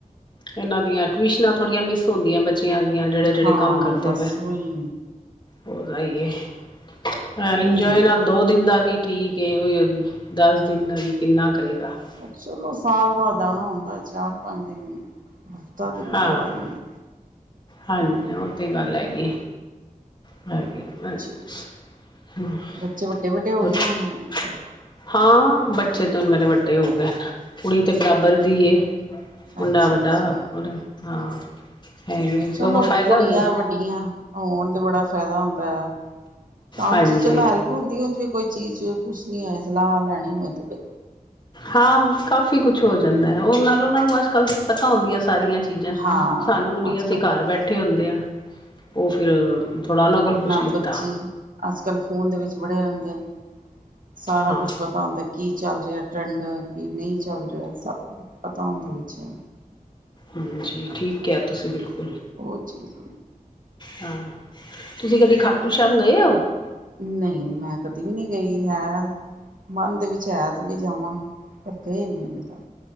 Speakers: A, on the left; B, on the right.
A: ਇਹਨਾਂ, ਦੀਆਂ ਟਿਊਸ਼ਨਾਂ, ਥੋੜ੍ਹੀਆਂ ਮਿਸ ਹੁੰਦੀਆਂ ਬੱਚਿਆਂ ਦੀਆਂ ਜਿਹੜੇ ਜਿਹੜੇ
B: ਹਾਂ
A: ਕੰਮ ਕਰਦੇ
B: ਬਸ
A: ਪਏ
B: ਉਹੀ
A: ਹੋਰ ਆਈਏ। ਹਾ
B: ਉਹ
A: ਇੰਜੋਏ
B: ਤੇ ਹੈ
A: ਨਾਲ ਦੋ ਦਿਨ, ਦਾ ਵੀ ਠੀਕ ਦਸ ਦਿਨ, ਦਾ ਵੀ ਕਿੰਨਾ ਕ? <inaudible> <inaudible>
B: ਚਲੋ ਸਾਲ ਬਾਅਦ ਆਣਾ ਹੁੰਦਾ, ਚਾਰ ਪੰਜ ਦਿਨ, ਹਫ਼ਤਾ ਤਾਂ ਕੋਈ
A: ਹਾਂ
B: ਜ਼ਿਆਦਾ ਨਹੀਂ ਹੈ।
A: ਹਾਂਜੀ, ਉਹ ਤੇ ਗੱਲ ਹੈਗੀ? <unintelligible>
B: ਹੈ ਜੀ ਬੱਚੇ ਵੱਡੇ ਵੱਡੇ ਹੋ ਗਏ ਹੋਣੇ ਹੁਣ ਤੇ
A: <inaudible> ਹਾਂ ਬੱਚੇ, ਤੇ ਹੁਣ ਮੇਰੇ ਵੱਡੇ ਹੋ ਗਏ, ਨ ਕੁੜੀ ਤੇ ਬਰਾਬਰ ਦੀਏ। ਮੁੰਡਾ
B: ਅੱਛਾ
A: ਵੱਡਾ
B: ਅੱਛਾ
A: ਹਾਂ? ਹੈਗੇ
B: ਚਲੋ,
A: ਸਗੋਂ ਫਾਇਦਾ
B: ਕੁੜੀਆਂ
A: ਹੋ ਜਾ
B: ਵੱਡੀਆਂ ਹੋਣ, ਤੇ ਬੜਾ ਫਾਇਦਾ ਹੁੰਦਾ ਆ, ਕੰਮ
A: ਹਾਂਜੀ
B: ਚ, ਚਲੋ ਹੈਲਪ ਹੁੰਦੀ ਉਂਝ ਵੀ ਕੋਈ ਚੀਜ਼ ਚੁਜ਼ ਪੁੱਛ ਕੀ ਹੋਏ ਸਲਾਹ ਲੈਣੀ ਹੋਏ ਤੇ ਕੋਈ?
A: ਹਾਂ ਕਾਫੀ ਕੁਛ ਹੋ ਜਾਂਦਾ ਹੈ। ਉਹ ਨਾਲ ਉਹਨਾਂ ਨੂੰ ਅੱਜ ਕੱਲ੍ਹ ਦੀ ਪਤਾ ਹੁੰਦੀਆਂ? ਸਾਰੀਆਂ ਚੀਜ਼ਾਂ
B: ਹਾਂ
A: ਸਾਨੂੰ ਨਹੀਂ,
B: ਅੱਜ
A: ਅਸੀਂ
B: ਕੱਲ
A: ਘਰ ਬੈਠੇ ਹੁੰਦੇ ਹਾਂ। ਉਹ ਫਿਰ ਥੋੜ੍ਹਾ ਉਹਨਾਂ ਕੋਲ
B: ਉਹ ਨਾਲ
A: ਪੁੱਛ ਲਿੱਤਾ
B: ਬੱਚੇ, ਅੱਜ ਕੱਲ੍ਹ ਫੋਨ ਦੇ ਵਿੱਚ ਵੜੇ, ਰਹਿੰਦੇ ਨੇ। ਸਾਰਾ
A: ਹਾਂ
B: ਕੁਛ ਪਤਾ ਹੁੰਦਾ, ਕੀ ਚੱਲ ਰਿਹਾ ਟਰੈਂਡ, ਕੀ ਨਹੀਂ ਚੱਲ ਰਿਹਾ। ਸਭ ਕੁਛ ਪਤੰਦ ਵਿੱਚ ਹੈ।
A: ਹਾਂਜੀ। ਠੀਕ ਕਿਆ ਤੁਸੀਂ ਬਿਲਕੁਲ
B: ਉਹ ਚੀਜ਼
A: ਹਾਂ। ਤੁਸੀਂ ਕਦੀ ਖਾਟੂ ਸ਼ਾਮ ਗਏ ਹੋ?
B: ਨਹੀਂ। ਮੈਂ ਕਦੀ ਵੀ ਨਹੀਂ, ਗਈ ਹੈ ਮਨ ਦੇ ਵਿੱਚ, ਹੈ ਤੇ ਵੇ ਜਾਵਾ ਪਰ ਗਏ ਨੀ। ਅਜੇ ਤੱਕ